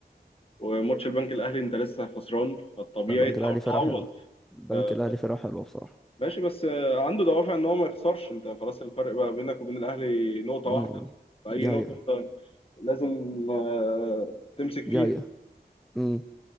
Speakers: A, on the left; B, in the centre.
A: وماتش البنك الاهلي انت لسه خسران فالطبيعي
B: لا، البنك
A: تحاول
B: الاهلي فرقه
A: تعوض
B: حلوه البنك
A: آه،
B: الاهلي فرقه حلوه بصراحه
A: ماشي بس آه، عنده دوافع ان هو ما يخسرش انت خلاص الفرق بقى بينك وبين الاهلي نقطه
B: امم
A: واحده فاي
B: دي
A: نقطه
B: حقيقه
A: انت لازم آه، تمسك فيها
B: دي حقيقه امم